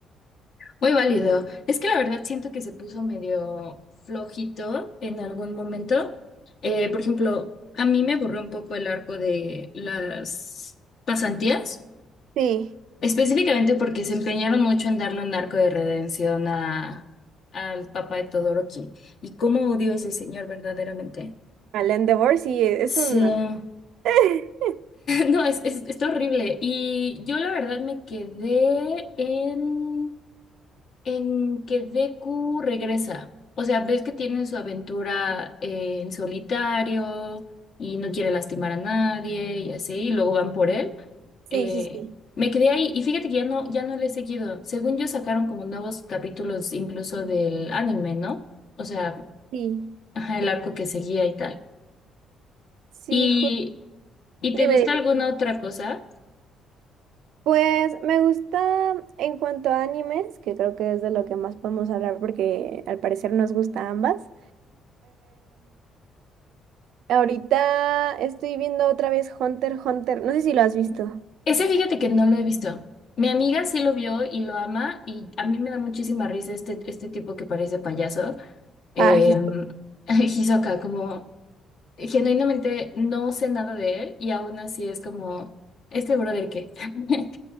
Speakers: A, on the left (about 55°); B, on the right (about 75°).
A: Muy válido. Es que la verdad siento que se puso medio flojito en algún momento. Eh, por ejemplo, a mí me borró un poco el arco de las pasantías,
B: Sí,
A: específicamente porque se empeñaron mucho en darle un arco de redención a, al papá de Todoroki. Y cómo odio a ese señor verdaderamente.
B: Al Endeavor sí es
A: Sí,
B: una...
A: <laughs>
B: <laughs>
A: no, es, es, está horrible. Y yo la verdad me quedé en, en que Deku regresa. O sea, ves que tiene su aventura eh, en solitario y no quiere lastimar a nadie y así, y luego van por él.
B: Sí,
A: Eh,
B: sí, sí,
A: me quedé ahí y fíjate que ya no, ya no le he seguido. Según yo sacaron como nuevos capítulos incluso del anime, ¿no? O sea,
B: sí,
A: ajá, el arco que seguía y tal.
B: sí,
A: ¿Y,
B: ju-
A: y
B: dime,
A: te gusta
B: dime.
A: alguna otra cosa?
B: Pues me gusta en cuanto a animes, que creo que es de lo que más podemos hablar porque al parecer nos gusta a ambas. Ahorita estoy viendo otra vez Hunter x Hunter. No sé si lo has visto.
A: Ese fíjate que no lo he visto. Mi amiga sí lo vio y lo ama y a mí me da muchísima risa este, este tipo que parece payaso. Eh,
B: Ah, his-
A: <laughs> Hisoka, como genuinamente no sé nada de él y aún así es como, ¿este brother qué? <laughs>